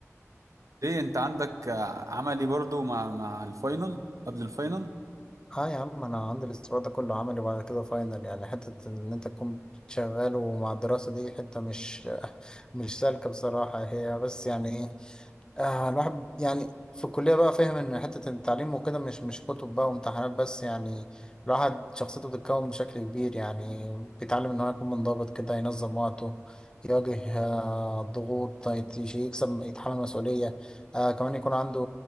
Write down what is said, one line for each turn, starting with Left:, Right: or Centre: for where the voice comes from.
Right: ايه انت عندك عملي برضو مع مع الفاينل قبل الفاينل
Left: اه يا عم انا عندي الاسبوع ده كله عملي وبعد كده فاينل يعني حتة ان انت تكون شغال ومع الدراسة دي حتة مش مش سالكة بصراحة هي بس يعني ايه آه الواحد يعني في الكلية بقى فاهم إن حتة التعليم وكده مش مش كتب بقى وامتحانات بس يعني الواحد شخصيته بتتكون بشكل كبير يعني بيتعلم إن هو يكون منضبط كده ينظم وقته يواجه آه الضغوط يت- يكسب يتحمل مسؤولية آه كمان يكون عنده